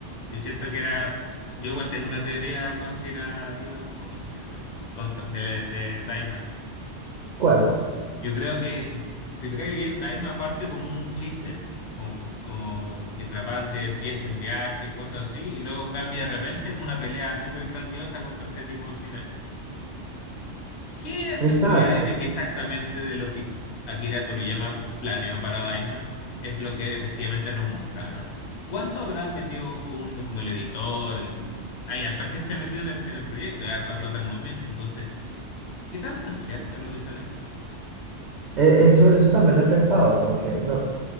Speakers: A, on the left; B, on the right.
A: Yo siento que era. Yo igual tengo una teoría conspirativa o conspiranoica contra, de, de Daima.
B: ¿Cuál?
A: Yo creo que, si te fijáis bien, Daima parte como un chiste, como, como de trapantes, viaje en viaje, cosas así, y luego cambia de repente como una pelea súper grandiosa contra este tipo al final. ¿Qué seguridad
B: Exacto.
A: hay de que exactamente de lo que Akira Toriyama planeó para Daima es lo que efectivamente nos mostraron? ¿Cuánto habrá metido un, como el editor? el- Hay harta gente metida en el, en el proyecto, hay harta plata en movimiento, entonces, ¿qué tanto es cierto de lo que sale ahí?
B: E- Eso, eso también lo he pensado, porque no,